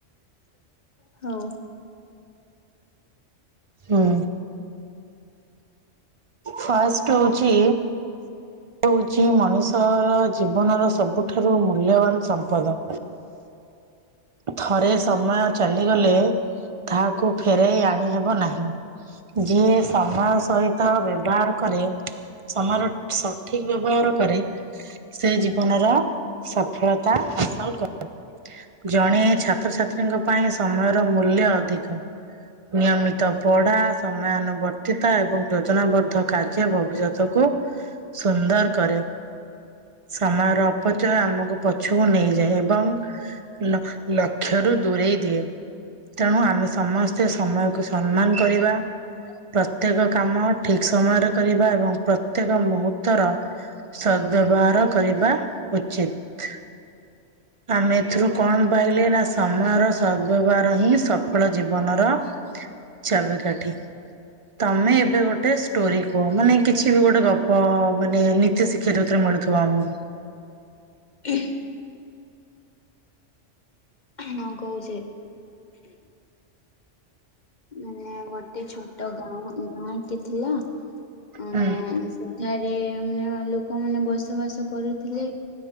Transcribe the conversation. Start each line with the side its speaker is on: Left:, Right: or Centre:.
Left: ହଉ।
Right: ହଁ। ଫାଷ୍ଟ ହେଉଛି ହଉଛି ମଣିଷର ଜୀବନର ସବୁଠାରୁ ମୂଲ୍ୟବାନ ସମ୍ପଦ। ଥରେ ସମୟ ଚାଲିଗଲେ ତାହାକୁ ଫେରାଇ ଆଣି ହେବ ନାହିଁ। ଯିଏ ସମୟ ସହିତ ବ୍ୟବହାର କରେ ସମାର ସଠିକ ବ୍ୟବହାର କରେ ସେ ଜୀବନର ସଫଳତା ହାସଲ କ ଜଣେ ଛାତ୍ରଛାତ୍ରୀଙ୍କ ପାଇଁ ସମୟର ମୂଲ୍ୟ ଅଧିକ। ନିୟମିତ ପଢା, ସମୟାନୁବର୍ତ୍ତିତା ଏବଂ ଯୋଜନାବଦ୍ଧ କାର୍ଯ୍ୟ ଭବିଷ୍ୟତକୁ ସୁନ୍ଦର କରେ। ସମୟର ଅପଚୟ ଆମକୁ ପଛକୁ ନେଇଯାଏ ଏବଂ ଲ ଲକ୍ଷରୁ ଦୂରେଇ ଦିଏ। ତେଣୁ ଆମେ ସମସ୍ତେ ସମୟକୁ ସମ୍ମାନ କରିବା ପ୍ରତ୍ୟେକ କାମ ଠିକ ସମୟରେ କରିବା ଏବଂ ପ୍ରତ୍ୟେକ ମୁହୂର୍ତ୍ତର ସଦ୍ବ୍ୟବହାର କରିବା ଉଚିତ। ଆମେ ଏଥିରୁ କଣ ପାଇଲେ ନା ସମୟର ସଦ୍ବ୍ୟବହାର ହିଁ ସଫଳ ଜୀବନର ଚାବି କାଠି। ତମେ ଏବେ ଗୋଟେ ଷ୍ଟୋରି କୁହ ମାନେ କିଛି ବି ଗୋଟେ ଗପ ମାନେ ନୀତି ଶିକ୍ଷା ଯୋଥିରେ ମିଳୁ ଥିବ ଆମକୁ।
Left: କେ। ହଁ କହୁଛି। ମାନେ ଗୋଟେ ଛୋଟ ଗାଁ ଗାଁଟି ଥିଲା ଅ
Right: ହଁ।
Left: ସେଠାରେ ମାନେ ଲୋକମାନେ ବସବାସ କରୁଥିଲେ।